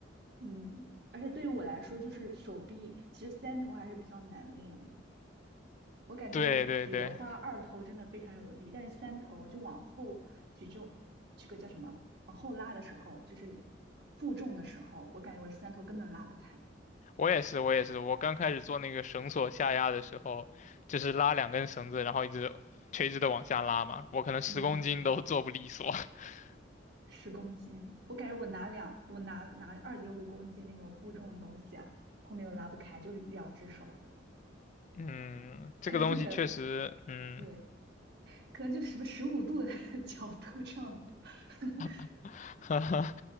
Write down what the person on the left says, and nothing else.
对对对，
我也是，我也是。我刚开始做那个绳索下压的时候，就是拉两根绳子，然后一直垂直的往下拉嘛，我可能十公斤都做不利索。
<laughs>
嗯，这个东西确实，
嗯。
<laughs> 哈哈，